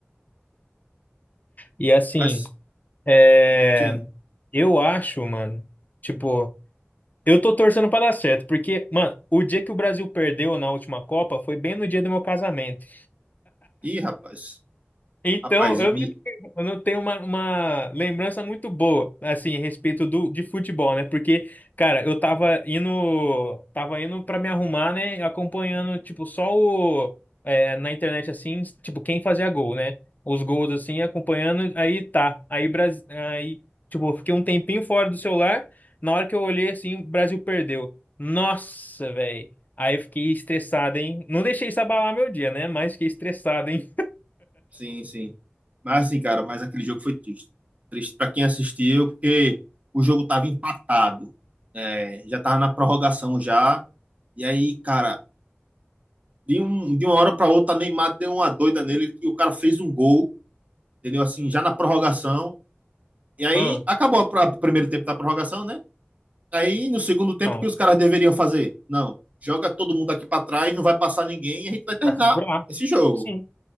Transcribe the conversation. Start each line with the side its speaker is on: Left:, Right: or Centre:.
Left: E assim,
Right: Mas
Left: é,
Right: sim.
Left: eu acho, mano, tipo, eu tô torcendo pra dar certo, porque, mano, o dia que o Brasil perdeu na última Copa foi bem no dia do meu casamento.
Right: Ih, rapaz.
Left: Então,
Right: Rapaz, e
Left: eu
Right: me,
Left: não tenho eu não tenho uma, uma lembrança muito boa, assim, a respeito do, de futebol, né? Porque, cara, eu tava indo, tava indo pra me arrumar, né? Acompanhando, tipo, só o, é, na internet, assim, tipo, quem fazia gol, né? Os gols, assim, acompanhando, aí tá. Aí, Brasil, aí, tipo, eu fiquei um tempinho fora do celular. Na hora que eu olhei, assim, o Brasil perdeu. Nossa, velho. Aí eu fiquei estressado, hein? Não deixei isso abalar meu dia, né? Mas fiquei estressado, hein?
Right: sim, sim. Mas assim, cara, mas aquele jogo foi triste. Triste para quem assistiu, porque o jogo tava empatado. É, já tava na prorrogação já. E aí, cara, de, um, de uma hora para outra, Neymar deu uma doida nele que o cara fez um gol, entendeu? Assim, já na prorrogação. E aí
Left: Foi.
Right: acabou a- o primeiro tempo da prorrogação, né? Aí no segundo tempo,
Left: Não,
Right: o que os caras deveriam fazer? Não, joga todo mundo aqui para trás, não vai passar ninguém e a gente vai terminar
Left: pra segurar.
Right: esse jogo.
Left: Sim.